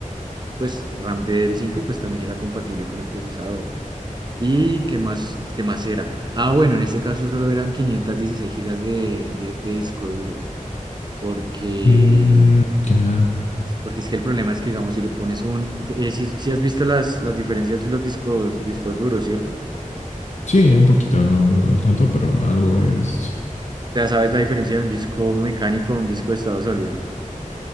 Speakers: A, on the right; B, on the left.
A: pues RAM DDR5 y pues también era compatible con el procesador. ¿Y qué más, qué más era? Ah, bueno, en este caso solo eran 516 gigas de, de de disco duro porque
B: Mm, ya.
A: porque es que el problema es que, digamos, si le pones un... eh, si, si has visto las, las diferencias de los discos, discos duros, ¿cierto?
B: Sí, un poquito, no, no no tanto, pero algo he visto.
A: Ya sabes la diferencia de un disco mecánico a un disco de estado sólido.